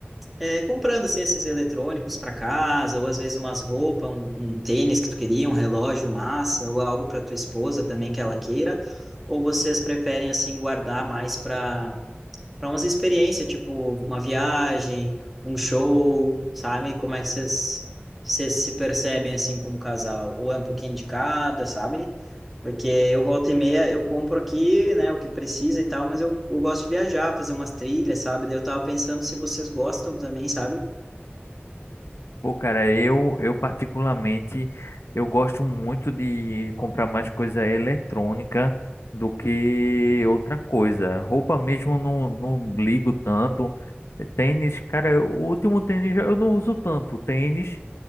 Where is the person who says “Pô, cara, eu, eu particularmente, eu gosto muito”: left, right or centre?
Left